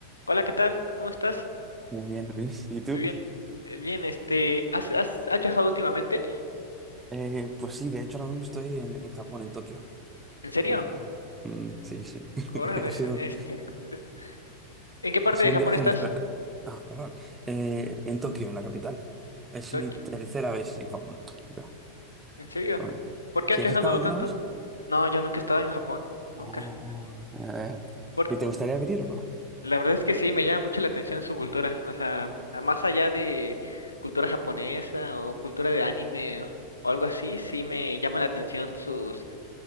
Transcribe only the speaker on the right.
Muy bien, Luis. ¿Y tú?
Eh, pues sí, de hecho ahora mismo estoy en, en Japón, en Tokio.
Eh, mm, sí, sí. <laughs>
Ha
sido,
ha sido
un viaje
inesperado. Ah, perdón. Eh, en Tokio, en la capital. Es
mi tercera vez en Japón. Ya.
Bueno.
¿Si
has estado alguna
vez?
Oh, eh,
¿y te gustaría venir o no?